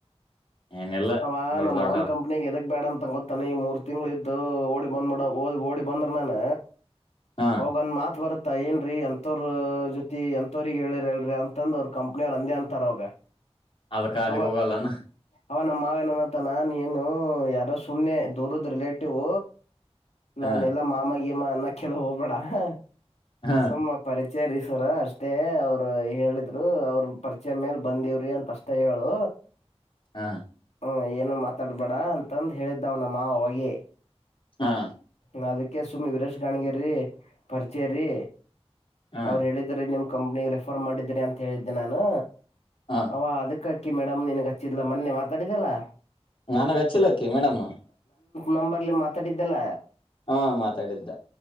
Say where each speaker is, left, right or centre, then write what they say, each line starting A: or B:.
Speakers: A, on the left (about 55°); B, on the left (about 80°).
A: ಏನಿಲ್ಲ
B: ಅವ
A: ದೊಡ್ಡ
B: ನಮ್ಮ್
A: ದೊಡ್ಡ
B: ಮಾನ್ ಕಂಪ್ನಿ ಎದ ಬೇಡ ಅಂತ ಗೊತ್ತಾನ ನೀ ಮೂರ್ ತಿಂಗ್ಳ ಇದ್ದು ಓಡಿ ಬಂದ್ಬಡ ಓದ್ ಓಡಿ ಬಂದ್ರ ನಾನ
A: ಹ
B: ಹೋಗನ್ ಮಾತ್ ಬರತ್ತ ಏನ್ರೀ ಅಂತೋರ ಜೊತಿ ಎಂತವ್ರಗ ಹೇಳಿರ ಎ ರೀ ಅಂತಂದ ಅವ್ರ ಕಂಪ್ನಿ ಅವರು ಅಂದೇ ಅಂತಾರ ಅವೋಗ
A: ಅದಕ್ಕ ಅಲ್ಲಿಗ್
B: ಅವ
A: ಹೋಗಲ್ಲಾನ
B: ಅವ ನಮ್ಮ ಮಾವನನತಾನ ನೀನು ಯಾರೋ ಸುಮ್ನೆ ದೂರದ್ ರಿಲೇಟಿವ್ ನಾನ
A: ಹ
B: ಎಲ್ಲಾ ಮಾಮ ಯ ಮಾ ನಖಲ್ವ ಬಡಾ ಹ
A: ಹ
B: ಸುಮ್ಮ ಪರಿ ಸರಿ ಸರ ಅಷ್ಟೇ ಅವರು ಹೇಳಿದ್ರು ಅವ್ರ ಪರಿಚಯ ಮೇಲ್ ಬಂದವ್ರಿ ಅಂತ ಅಷ್ಟೇ ಹೇಳು
A: ಹಾ
B: ಹ್ಮ್ ಏನು ಮಾತಾ <inaudible> ಬೇಡ ಅಂತಂದ ಹೇಳಿದ್ದಾವ್ ನ ಮಾವಗೆ
A: ಹಾ
B: ನ ಅದಕ್ಕೆ ಸುಮ್ಮಿ ವರೇಶ್ ಗಾಣಗಿರರಿ ಪರಿಚಯ ರೀ
A: ಹ
B: ಅವ್ರು ಹೇಳಿದ್ರ ನಿಮ ಕಂಪ್ನಿಗೆ ರೆಫರ್ ಮಾಡಿದ್ದೀರಿ ಅಂತ ಹೇಳಿದ್ದೆ ನಾನು
A: ಹ
B: ಅವ ಅದಕ್ಕೆ <inaudible> ಕಿ ಮೇಡಮ್ ನನ್ಗ್ ಹಚ್ಚಿದ್ಾ ಮೊನ್ನೆ ಮಾತಾಡಿದಲ್ಲಾ
A: ನನಗ ಹಚ್ಚಿಲ್ಲಕ್ಕಿ ಮೇಡಮ್ಮ
B: ನಂಬರ್ಲ್ಲಿ ಮಾತಾಡಿದ್ದಲ್ಲ
A: ಹಾ ಮಾತಾಡಿದ್ದ